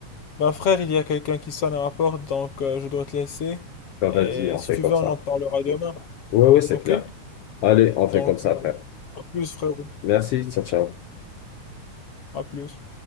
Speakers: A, on the left; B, on the left.
A: Ben frère, il y a quelqu'un qui sonne à ma porte, donc euh, je dois te laisser.
B: Bah,
A: Et
B: vas-y, on
A: si
B: fait
A: tu
B: comme
A: veux,
B: ça.
A: on en parlera demain.
B: Ouais, ouais, c'est
A: Ok?
B: clair. Allez, on
A: Donc,
B: fait comme ça,
A: euh,
B: frère.
A: à plus frérot.
B: Merci, ciao, ciao.
A: À plus.